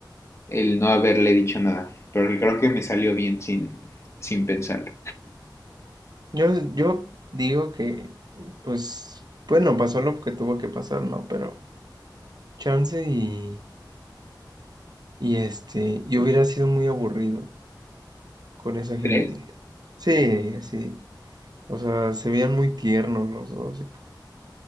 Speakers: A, on the left; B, on the right.
A: el no haberle dicho nada. Pero creo que me salió bien sin, sin pensarlo.
B: yo, yo digo que, pues, bueno, pasó lo que tuvo que pasar, ¿no? Pero chance y, y este, y hubiera sido muy aburrido con esa Jimenita.
A: ¿Crees? <laughs>
B: Sí, sí, o sea, se veían muy tiernos los dos. y pues,